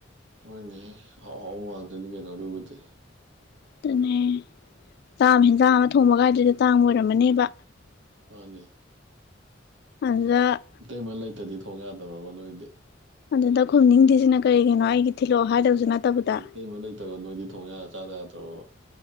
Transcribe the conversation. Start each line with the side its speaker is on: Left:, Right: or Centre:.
Right: ꯑꯩꯈꯣꯏꯅꯦꯍ ꯑꯥꯎ ꯍꯥꯎꯕ ꯉꯥꯛꯇꯅꯤ ꯀꯩꯅꯣ ꯑꯗꯨꯕꯨꯗꯤ
Left: ꯑꯗꯨꯅꯦ ꯆꯥꯝ ꯑꯃ ꯍꯦꯟꯖꯥꯡ ꯑꯃ ꯊꯣꯡꯕ ꯀꯥꯏꯗꯨꯗ ꯇꯥꯡ ꯑꯣꯏꯔꯝꯃꯅꯦꯕ
Right: ꯃꯥꯅꯦ
Left: ꯑꯗꯥ
Right: ꯏꯇꯩꯃ ꯂꯩꯇꯗꯤ ꯊꯣꯡ ꯌꯥꯗ꯭ꯔꯕ ꯅꯣꯏꯗꯤ
Left: ꯑꯗꯨꯗ ꯈꯣꯝꯅꯤꯡꯗꯁꯤꯅ ꯀꯔꯤꯒꯤꯅꯣ ꯑꯩꯒꯤ ꯊꯤꯜꯂꯛꯑꯣ ꯍꯥꯏꯗꯕꯁꯨ ꯅꯠꯇꯕꯗ
Right: ꯀꯩꯕ ꯂꯩꯇꯕ ꯅꯣꯏꯗꯤ ꯊꯣꯡ ꯆꯥꯗ ꯌꯥꯗ꯭ꯔꯕ